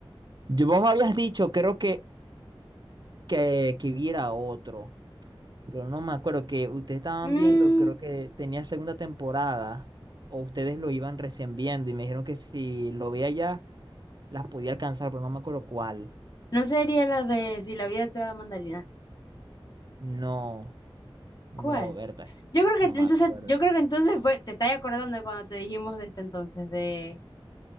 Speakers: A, on the right; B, on the left.
A: Yo- vos me habías dicho, creo que, que, que viera otro. Pero no me acuerdo que ustedes estaban
B: Mm,
A: viendo, creo que tenía segunda temporada. O ustedes lo iban recién viendo y me dijeron que si lo veía ya Las podía alcanzar, pero no me acuerdo cuál.
B: no sería la de Si la vida te da mandarina.
A: No, no,
B: ¿Cuál?
A: Berta.
B: Yo creo que
A: No me
B: entonces,
A: acuerdo.
B: yo creo que entonces fue, te estás acordando de cuando te dijimos de este entonces, de